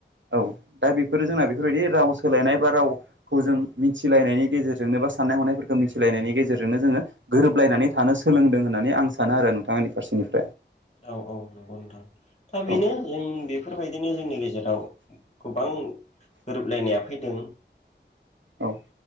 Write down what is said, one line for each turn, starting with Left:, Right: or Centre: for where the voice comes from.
Right: औ दा बेफोरो जोंना बेफोरबायदि राव सोलायनाय बा रावखौ जों मिथिलायनायनि गेजेरजोंनो बा साननाय हनायफोरखौ। मिथिलायनायनि गेजेरजोंनो जोङो गोरोबलायनानै थानो सोलोंदों होननानै आं सानो आरो नोंथांनि फारसेनिफ्राय।
Left: औ- औ -नंगौ नोंथां। दा
Right: औ
Left: बेनो जों बेफोरबायदिनो जोंनि गेजेराव गोबां। गोरोबलायनाया फैदों।
Right: औ।